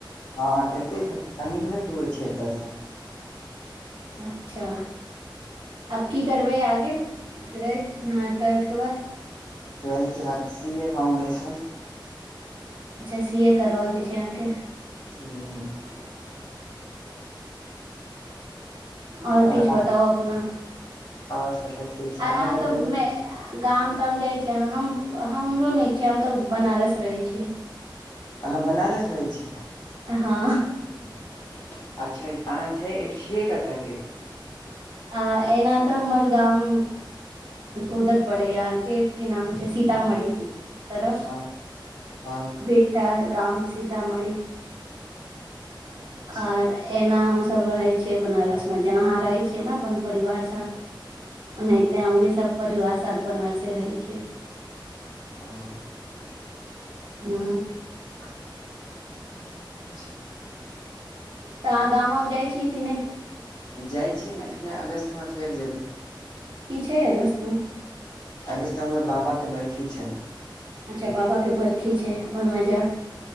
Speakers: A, on the left; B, on the right.
A: हँ एते छथिन कनिबे दूर छै एतयसँ
B: अच्छा। अब कि करबै आगे ट्वेल्थके बाद
A: ट्वेल्थके बाद सीए फाउंडेशन
B: अच्छा सीए करके छै अहाँकेँ
A: ह।
B: ओर किछु
A: आओर
B: बताउ अपना
A: आओर सब तऽ ठीक छै
B: आ अहाँ
A: बतबियौ
B: तऽ मे। गाम ताम जाइ छियै हमरो नहि छै हम तऽ बनारस रहै छियै
A: अहाँ बनारस रहै छियै।
B: हँ
A: अच्छा, अच्छा, आहा छियै कतके
B: अ एना तऽ हमर गाम उधर पड़े य अहाँकेँ कि नाम छै सीतामढ़ी तरफ
A: हँ हँ
B: भेटा गाम सीतामढ़ी।
A: अच्छा
B: और एऐना हम सभ रहे छिये बनारस मे जेनाह रहे छियै ने अपन परिवार ओनाहिते
A: हँ
B: हम भी सभ परिवार साथ बनार से रहै छियै।
A: ओ
B: हू।
A: अच्छा।
B: तऽ अहाँ गाम मे जाइ छियै कि नहि
A: जाइ छियै ने एखने अगस्त मे फेर जेबै।
B: कि छै अगस्त मे
A: अगुस्त मे हमर बाबाके बरखी छै
B: अच्छा बाबा के बर्खी छै ओहिमे जायब